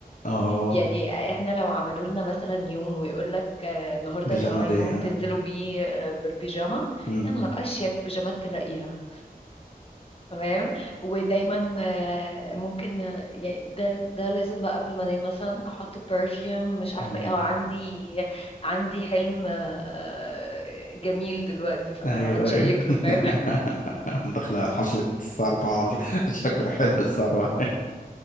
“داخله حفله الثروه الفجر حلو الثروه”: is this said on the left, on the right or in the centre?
Left